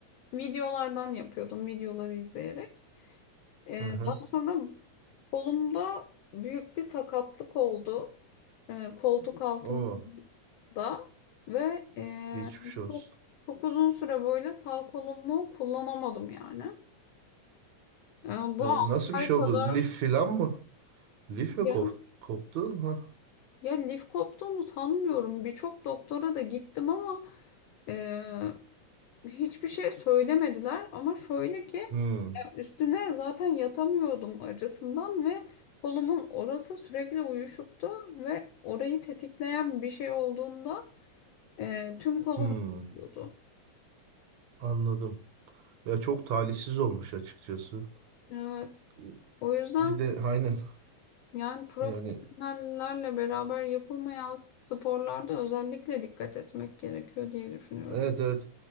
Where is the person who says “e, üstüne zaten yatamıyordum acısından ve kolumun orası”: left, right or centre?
Left